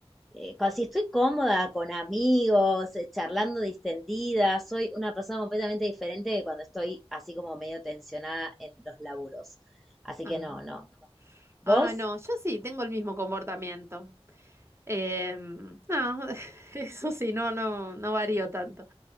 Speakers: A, in the centre; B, on the right.
A: eh, con- si estoy cómoda con amigos, eh, charlando distendida, soy una persona completamente diferente de cuando estoy así como medio tensionada en los laburos. Así
B: ah.
A: que no, no. ¿Vos?
B: Ah, no, yo sí tengo el mismo comportamiento. Em, no, <laughs> eso sí, no, no, no varío tanto.